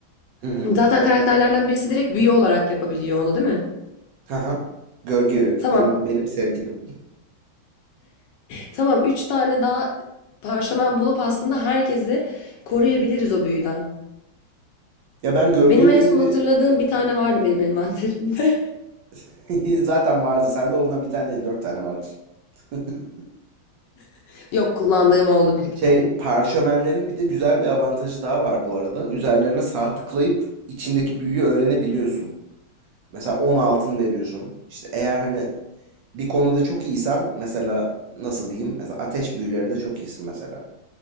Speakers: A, on the right; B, on the left.
A: Hı hı.
B: Zaten karakterlerden birisi direkt büyü olarak yapabiliyor onu, değil mi?
A: Haha. Gölge Yürek.
B: Tamam.
A: Benim benim sevgilim.
B: Tamam. Üç tane daha parşömen bulup aslında herkesi koruyabiliriz o büyüden.
A: Ya ben Gölge
B: Benim
A: Yürek'in
B: en son
A: de bir
B: hatırladığım bir tane vardı benim envanterimde.
A: <laughs> zaten vardı. Sende ondan bir tane değil dört tane vardır. <laughs>
B: <laughs> Yok kullandığım oldu bir iki
A: Şey
B: tane.
A: parşömenlerin bir de güzel bir avantajı daha var bu arada. Üzerlerine sağ tıklayıp içindeki büyüyü öğrenebiliyorsun. Mesela 10 altın veriyorsun. İşte eğer hani bir konuda çok iyisen mesela nasıl diyeyim? Mesela ateş büyülerinde çok iyisin mesela.